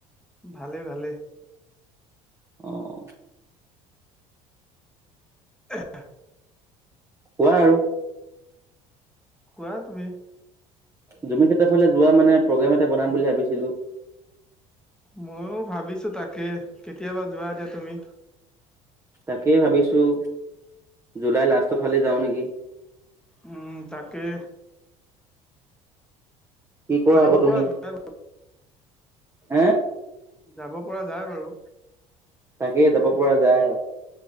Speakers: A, in the centre; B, on the right.
A: ভালেই ভালেই।
B: অ'।
A: <inaudible>
B: কোৱা আৰু।
A: কোৱা তুমি
B: জুবিন ক্ষেত্ৰৰ ফালে যোৱা মানে প্ৰগ্ৰেম এটা বনাম বুলি ভাবিছিলোঁ।
A: ময়ো ভাবিছোঁ তাকে কেতিয়াবা যোৱা এতিয়া তুমি?
B: তাকেই ভাবিছোঁ, জুলাই লাষ্ট ফালে যাওঁ নেকি।
A: উম তাকে।
B: কি কৰা
A: যাব
B: আকৌ
A: পৰা
B: তুমি?
A: যায়
B: এ,
A: যাব পৰা যায় বাৰু।
B: তাকে যাব পৰা যায়,